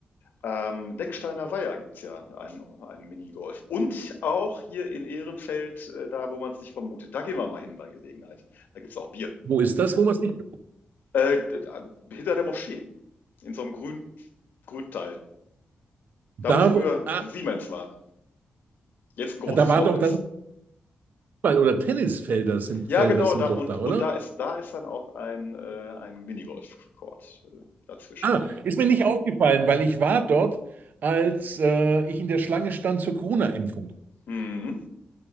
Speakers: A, on the left (about 80°); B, on the right (about 70°).
A: am Decksteiner Weiher gibt es ja einen, einen Minigolf. Und auch hier in Ehrenfeld, äh, da wo man es nicht vermutet. Da gehen wir mal hin bei Gelegenheit. Da gibt es auch Bier.
B: Wo ist das, wo man es nicht
A: Äh, d- hinter der Moschee, in so einem grünen Grünteil.
B: Da,
A: Da, wo früher
B: wo, ah,
A: Siemens war. jetzt ein großes
B: da war
A: Loch
B: doch
A: ist.
B: das Fußball- oder Tennisfelder sind,
A: Ja,
B: Felder
A: genau,
B: sind
A: da und,
B: doch da, oder?
A: und da ist da ist dann auch ein, äh, ein Minigolf-Court äh, dazwischen.
B: Ah, ist mir nicht aufgefallen, weil ich war dort, als äh, ich in der Schlange stand zur Corona-Impfung.
A: Mhm,